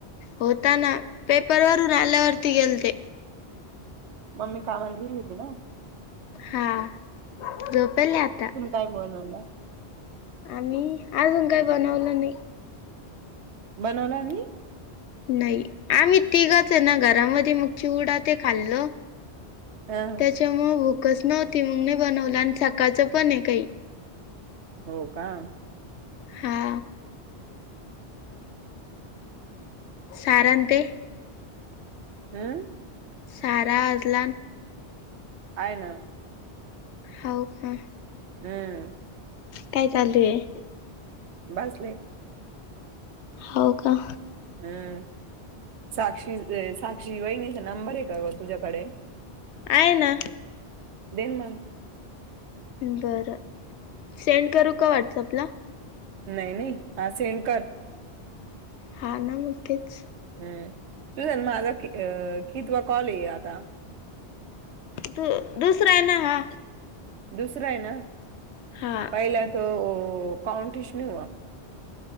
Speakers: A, on the left; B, on the right.
A: होताना पेपर वरून आल्यावरती गेलते.
B: मम्मी कामाला गेली होती ना?
A: हा झोपले आता.
B: तूम काय बनवला?
A: आमी अजून काय बनवलं नाही.
B: बनवला नाही?
A: नाई आम्ही तिघचय ना घरामध्ये मग चिवडा ते खाल्लो.
B: हं.
A: त्यामुळ भूकच नव्हती मग नाही बनवल आणि सकाळचं पणय काही.
B: हो का.
A: हा. सारण ते.
B: अं?
A: सारा आजलान.
B: हाय ना.
A: हाव का.
B: हम्म.
A: काय चालूय?
B: बासले.
A: हो का.
B: हम्म साक्षी, साक्षी वहिनीचा नंबर आहे का ग तुझ्याकडे?
A: आहे ना.
B: देन मग.
A: बरं सेंड करू का व्हॉट्सअपला?
B: नाही, नाही, हा सेंड कर.
A: हा ना मग तेच.
B: हम्म, तूझा न माझा कि अ कितवा कॉल ये आता?
A: दु दुसराय ना हा.
B: दुसराय न.
A: हा.
B: पहिला तो काउंटिश नी हुआ.